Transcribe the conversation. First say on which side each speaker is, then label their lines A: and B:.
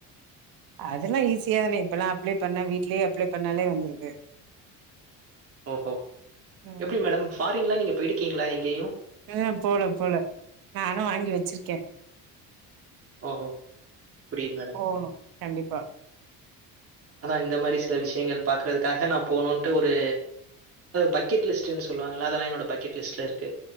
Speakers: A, on the right (about 75°); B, on the right (about 40°).
A: அதெல்லா ஈஸிதானே இப்பல்லா அப்ளை பண்ணா வீட்லயே அப்ளை பண்ணாலே வந்துருது
B: ஓஹோ
A: ம்.
B: எப்பிடி மேடம் ஃபாரின்ல நீங்க போயிருக்கீங்ளா எங்கேயு
A: ம் போவ்ல போல நானு வாங்கி வச்சிருக்கே
B: ஓஹோ புரியுது மேடம்.
A: போகணு கண்டிப்பா
B: ஆனா இந்த மாரி சில விஷயங்கள் பாக்குறதுக்காக நா போனுன்ட்டு ஒரு பக்கெட் லிஸ்ட்ன்னு சொல்லுவாங்கல்ல அதெல்லா என்னோட பக்கெட் லிஸ்ட்ல இருக்கு